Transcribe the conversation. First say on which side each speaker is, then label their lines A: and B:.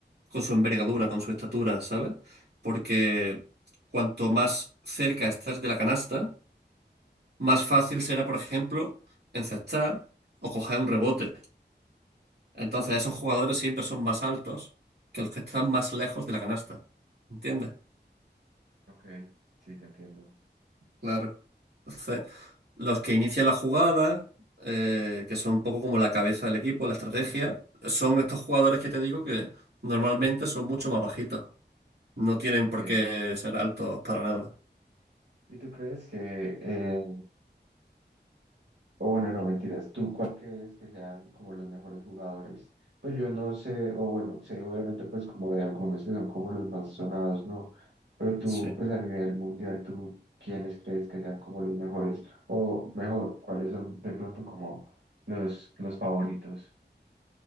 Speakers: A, on the right; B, on the right.
A: con su envergadura, con su estatura, ¿sabes? Porque cuanto más cerca estés de la canasta, más fácil será, por ejemplo, encestar o coger un rebote. Entonces, esos jugadores siempre son más altos que los que están más lejos de la canasta. ¿Entiendes?
B: Ok, sí, te entiendo.
A: Claro. Entonces, los que inician la jugada, eh, que son un poco como la cabeza del equipo, la estrategia, son estos jugadores que te digo que normalmente son mucho más bajitos. No tienen por
B: Ok.
A: qué ser altos para nada.
B: ¿Y tú crees que eh, O bueno, no, mentiras. ¿Tú cuál crees que sean como los mejores jugadores? Pues yo no sé, o bueno, sé obviamente pues como de algunos que son como los más sonados, ¿no? Pero tú
A: Sí.
B: pues a nivel mundial, ¿tú quiénes crees que sean como los mejores? O mejor, ¿cuáles son de pronto como los, los favoritos?